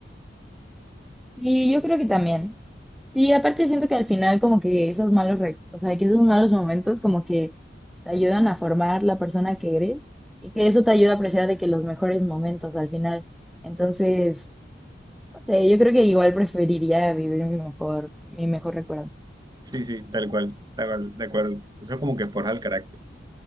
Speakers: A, in the centre; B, on the right.
A: Sí, yo creo que también. Sí, aparte siento que al final como que esos malos, rec- o sea, que esos malos momentos como que te ayudan a formar la persona que eres y que eso te ayuda a apreciar de que los mejores momentos al final. Entonces, no sé, yo creo que igual preferiría vivir mi mejor, mi mejor recuerdo.
B: Sí, sí, tal cual, tal cual, de acuerdo. Eso es como que forja el carácter.